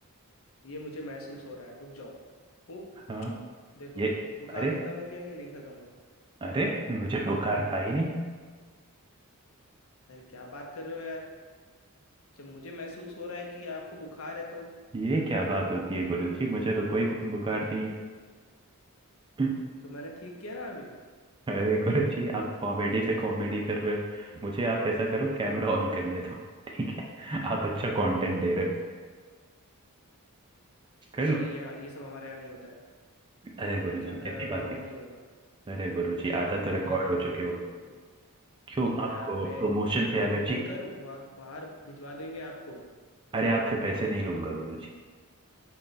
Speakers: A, on the left (about 65°); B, on the right (about 20°).
A: ये मुझे महसूस हो रहा है रुक जाओ ओ
B: हाँ
A: छू! देखो
B: ये
A: बुखार
B: अरे
A: खत्म हो गया कि नहीं खत्म हुआ
B: अरे मुझे बुखार था ही नहीं
A: अरे क्या बात कर रहे हो यार जब मुझे महसूस हो रहा है कि आपको बुखार है तो
B: ये क्या बात होती है गुरु जी मुझे तो कोई बुखार नहीं है <laughs>
A: तो मैंने ठीक किया ना अभी
B: अरे गुरु जी आप कॉमेडी पे कॉमेडी कर रहे हो मुझे आप ऐसा करो कैमरा ऑन करने दो <laughs> ठीक है आप अच्छा कंटेंट दे रहे हो कर
A: नहीं
B: लो
A: नहीं ये ये सब हमारे यहाँ नहीं होता है
B: अरे गुरु
A: कैमरा
B: जी कैसी
A: वैमरा
B: बात है
A: ऑन नहीं होगा
B: अरे गुरु जी आधा
A: नहीं
B: तो रिकॉर्ड
A: नहीं नहीं
B: हो
A: नहीं
B: चुके
A: नहीं
B: हो
A: ये
B: क्यों
A: मैं
B: आपको
A: अपने
B: प्रमोशन
A: चेलों
B: से एलर्जी
A: को बोलकर उठवा बाहर भिजवा देंगे आपको
B: अरे आपसे पैसे नहीं लूंगा गुरु जी